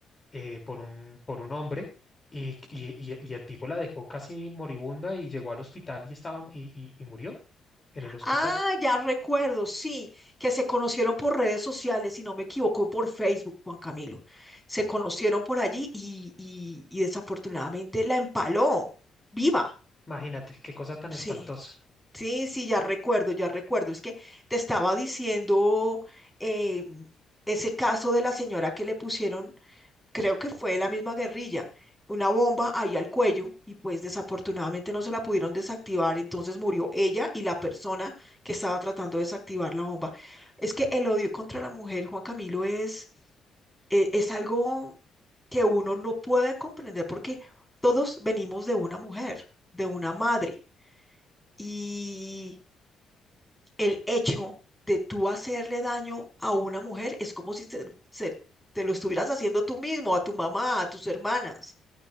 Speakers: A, on the left (about 25°); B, in the centre.
A: eh, por un, por un hombre. Y, y, y- y el tipo la dejó casi moribunda y llegó al hospital y estaba y, y y murió en el hospital.
B: Ah, ya recuerdo, sí, que se conocieron por redes sociales, si no me equivoco, por Facebook, Juan Camilo. Se conocieron por allí y, y, y desafortunadamente la empaló, viva.
A: Imagínate, qué cosa tan
B: Sí,
A: espantosa.
B: sí, sí, ya recuerdo, ya recuerdo. Es que te estaba diciendo eh, ese caso de la señora que le pusieron creo que fue la misma guerrilla, una bomba ahí al cuello y pues desafortunadamente no se la pudieron desactivar, entonces murió ella y la persona que estaba tratando de desactivar la bomba. Es que el odio contra la mujer, Juan Camilo, es, e- es algo que uno no puede comprender porque todos venimos de una mujer, de una madre y el hecho de tú hacerle daño a una mujer es como si te, se- te lo estuvieras haciendo tú mismo, a tu mamá, a tus hermanas